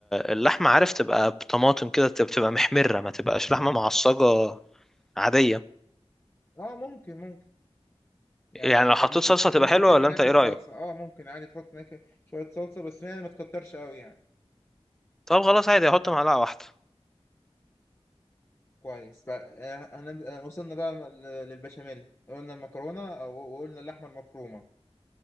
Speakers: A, in the centre; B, on the left (about 20°).
A: اللحمه عارف تبقى بطماطم كده تبقى بتبقى محمره ما تبقاش لحمه معصجه عاديه
B: اه ممكن ممكن يعني
A: يعني
B: هتبقى
A: لو حطيت
B: ممكن
A: صلصه
B: ممكن
A: تبقى حلوه
B: تدي
A: ولا
B: نكهة
A: انت ايه رايك
B: صلصة اه ممكن عادي تحط نكهة شوية صلصة بس يعني ما تكترش قوي يعني
A: طب خلاص عادي احط معلقه واحده
B: كويس بقى آه، هنب- آه، وصلنا بقى ل- للبشاميل قلنا المكرونة أو- وقلنا اللحمة المفرومة